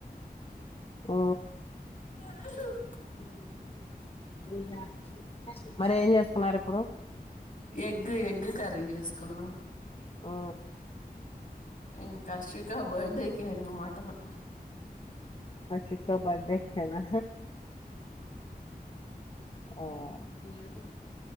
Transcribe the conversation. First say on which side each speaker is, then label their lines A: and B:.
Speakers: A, on the left; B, on the left.
A: ఆ
B: <unintelligible>
A: ఇందా మరి ఏం చేసుకున్నారు ఇప్పుడు
B: ఎగ్ ఎగ్ కర్రీ చేసుకున్నాం.
A: ఆ
B: ఇంక కాశవిిక బర్త్డేకి వెళ్లినం మటను
A: మా చిక్క బర్త్డే కదా ఆ హ్మ్